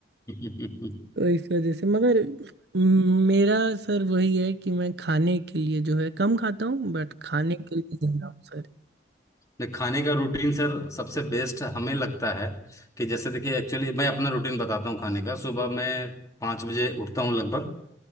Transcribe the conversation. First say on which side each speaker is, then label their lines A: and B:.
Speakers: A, on the left; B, on the right.
A: <laughs> हम्म।
B: तो इस वजह से मगर म- मेरा सर वही है कि मैं खाने के लिए जो है कम खाता हूँ बट खाने के लिए जिंदा हूँ सर
A: नहीं, खाने का रूटीन सर सबसे बेस्ट हमें लगता है कि जैसे देखिए एक्चुअली मैं अपना रूटीन बताता हूँ खाने का सुबह मैं पाँच बजे उठता हूँ लगभग